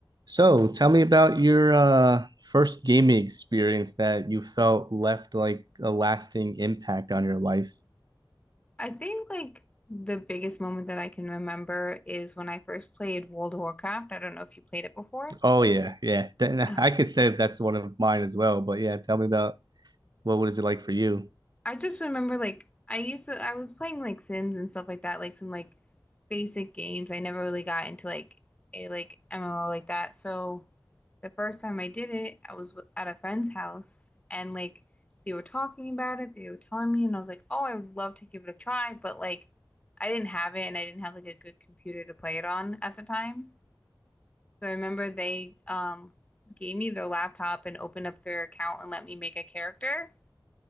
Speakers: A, on the right; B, on the left.
A: So, tell me about your uh, first gaming experience that you felt left like a lasting impact on your life.
B: I think like the biggest moment that I can remember is when I first played World of Warcraft. I don't know if you played it before.
A: Oh yeah, yeah. <laughs> Then
B: Ugh.
A: I could say that's one of mine as well. But yeah, tell me about what was it like for you?
B: I just remember like I used to I was playing like Sims and stuff like that, like some like basic games. I never really got into like a like MMO like that. So the first time I did it, I was with- at a friend's house and like they were talking about it, they were telling me and I was like, "Oh, I would love to give it a try," but like I didn't have it and I didn't have like a good computer to play it on at the time. So I remember they um, gave me their laptop and opened up their account and let me make a character.